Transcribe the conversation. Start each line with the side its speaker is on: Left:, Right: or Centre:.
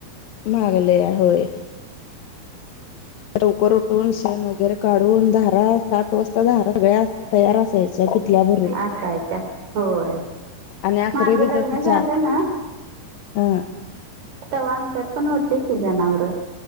Left: महागलया होय. तर लवकर उठून शण वगैरे काढून धारा सात वाजता धारा. सगळ्या तयार असायच्या किटल्या भरून.
Right: असायच्या होय
Left: आणि आखरी
Right: माझं
Left: दुधाची
Right: लग्न झालं
Left: चहा हा.
Right: तव आमच्यात पण होते की जनावरं.